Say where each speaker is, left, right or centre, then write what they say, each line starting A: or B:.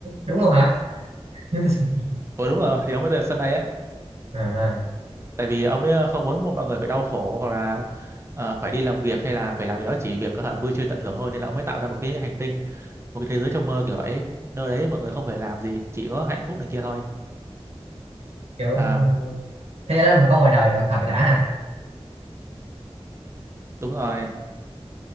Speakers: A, on the right; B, on the right.
A: đúng luôn hả <laughs> Mr. Sunday.
B: Ủa đúng rồi thì ông ấy tên là Sunday á
A: à,
B: tại vì ông ấy ờ, không muốn mọi người phải đau khổ hoặc là ờ, phải đi làm việc hay là phải làm gì đó chỉ việc hả, vui chơi tận hưởng thôi nên là ông ấy tạo ra một cái hành tinh một cái thế giới trong mơ kiểu vậy nơi đấy mọi người không phải làm gì chỉ có hạnh phúc này kia thôi
A: kiểu
B: à
A: thế đó mà có ngoài đời được thật đã ha
B: đúng rồi